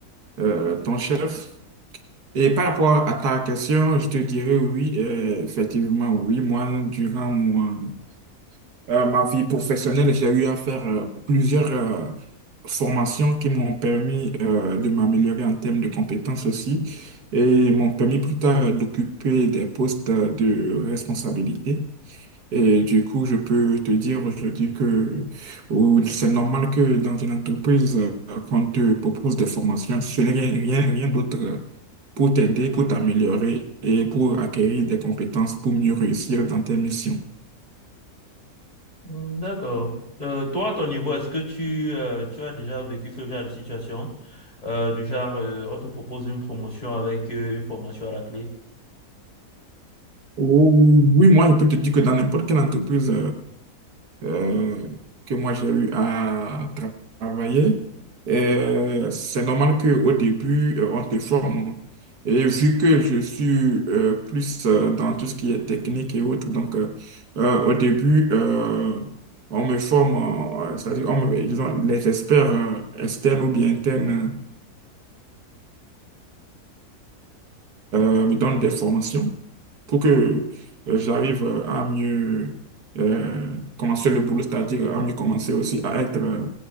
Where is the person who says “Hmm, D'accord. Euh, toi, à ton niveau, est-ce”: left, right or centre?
Left